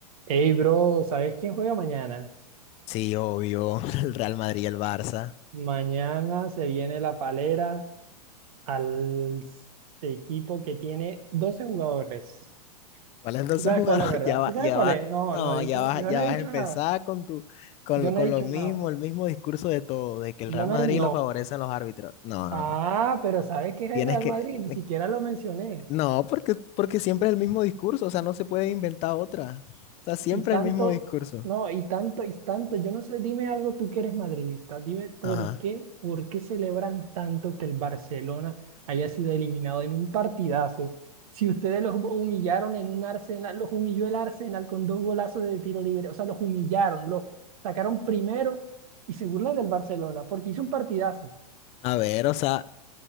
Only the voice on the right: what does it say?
Hey, bro, ¿sabes quién juega mañana?
Mañana se viene la palera al equipo que tiene 12 jugadores.
¿Sí sabes
cuál es, verdad?
¿Sí sabes
cuál
es? No,
no he dicho,
na- yo
no he
dicho
nada.
Yo
no he dicho
nada.
Yo
no,
he- no.
Ah,
pero ¿sabes qué es
el Real
Madrid? Ni
siquiera lo mencioné.
Y tanto,
no, y tanto, y tanto, yo no sé, dime algo tú que eres madridista, dime por
qué, por qué celebran tanto que el Barcelona haya sido eliminado en un partidazo. Si ustedes los humillaron en un Arsenal, los humilló el Arsenal con dos golazos de tiro libre, o sea, los humillaron, los sacaron primero y se burlan del Barcelona porque hizo un partidazo,